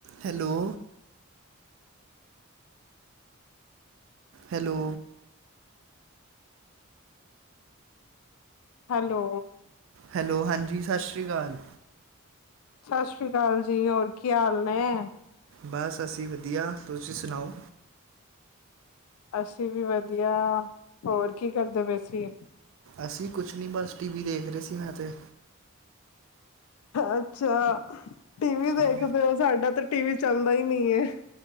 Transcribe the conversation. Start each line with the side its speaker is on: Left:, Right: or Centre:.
Right: Hello. Hello
Left: hello
Right: hello ਹਾਂਜੀ, ਸਤਿ ਸ਼੍ਰੀ ਅਕਾਲ।
Left: ਸਤਿ ਸ਼੍ਰੀ ਅਕਾਲ ਜੀ, ਹੋਰ ਕੀ ਹਾਲ ਨੇ?
Right: ਮੈ ਸਸੀ ਵਧੀਆ, ਤੁਸੀਂ ਸੁਣਾਓ?
Left: ਅਸੀਂ ਵੀ ਵਧੀਆ, ਹੋਰ ਕੀ ਕਰਦੇ ਵਏ ਸੀਂ?
Right: ਅਸੀਂ ਕੁਛ ਨੀ, ਬਸ ਟੀ ਵੀ ਦੇਖ ਰਹੇ ਸੀ ਮੈਂ ਤੇ।
Left: ਅੱਛਾ, ਟੀਵੀ ਦੇਖਦੇ
Right: ਹਾਂ,
Left: ਹੋ ਸਾਡਾ ਤਾਂ ਟੀ ਵੀ ਚੱਲਦਾ ਹੀ ਨਹੀਂ ਐ।